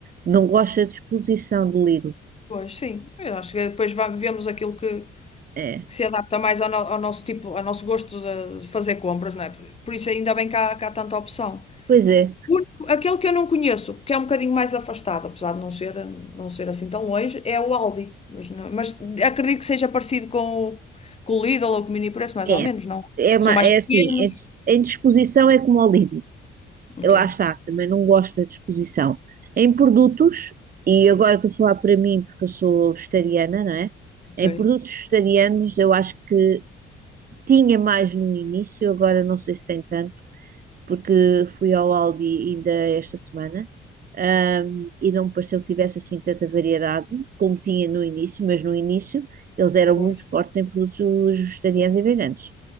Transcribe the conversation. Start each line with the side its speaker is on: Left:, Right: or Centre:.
Right: Não gosto da disposição do Lidl.
Left: Pois sim, eu acho que depois va- vemos aquilo que,
Right: É,
Left: que se adapta mais ao, no- ao nosso tipo, ao nosso gosto de de fazer compras, não é? Por por isso ainda bem que há, que há tanta opção.
Right: pois é.
Left: O único- Aquele que eu não conheço, que é um bocadinho mais afastado, apesar de não ser, não ser assim tão longe, é o Aldi. Mas, não- mas acredito que seja parecido com, o- com o Lidl ou com o Mini Preço, mais
Right: É,
Left: ou menos, não?
Right: é, ma-
Left: São mais
Right: é
Left: pequenos.
Right: assim, em, dis- em disposição é como ao Lidl.
Left: Ok,
Right: Lá está, também não gosto da disposição. Em produtos, e agora estou a falar para mim porque eu sou vegetariana, não é?
Left: ok,
Right: Em produtos vegetarianos eu acho que tinha mais no início, agora não sei se tem tanto porque fui ao Aldi ainda esta semana, ahm, e não me pareceu que tivesse assim tanta variedade como tinha no início, mas no início eles eram
Left: pois.
Right: muito fortes em produtos vegetarianos e veganos.